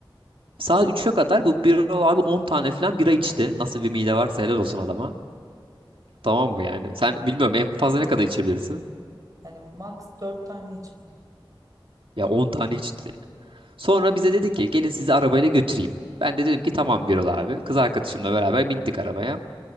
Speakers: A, on the right; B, on the right.
A: Saat 3'e kadar bu bira abi 10 tane falan bira içti. Nasıl bir mide varsa helal olsun adama. Tamam mı yani? Sen
B: Evet.
A: bilmiyorum en fazla ne kadar içebilirsin?
B: Yani max dört tane içelim.
A: Ya 10 tane içti. Sonra bize dedi ki gelin sizi arabayla götüreyim. Ben de dedim ki tamam Birol abi. Kız arkadaşımla beraber bindik arabaya.